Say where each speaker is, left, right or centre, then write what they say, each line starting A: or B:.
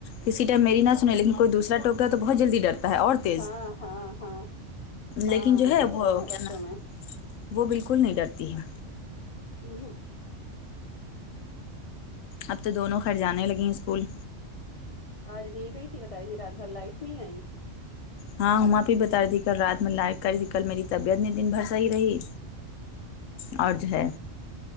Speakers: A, on the left; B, on the left.
A: کسی ٹائم میری نا سنیں لیکن کوئی دوسرا ٹوکتا تو بہت جلدی ڈر تا ہے اور تیز
B: ہاں ہاں ہاں ہاں
A: لیکن جو ہے
B: ڈر
A: وہ
B: ہوتا بچوں
A: کیا نا
B: میں
A: وہ بالکل نہیں ڈرتی ہے
B: وں ہوں
A: اب تو دونوں خیر جانے لگیں اسکول
B: آج نہیں گئی تھی بتا رہی تھی رات بھر لائٹ نہیں آئی
A: ہاں ہما آپی بتا رہی تھی کل رات میں لائق کر ری تھی کل میری طبیعت نہیں دن بھر صحیح رہی اور جو ہے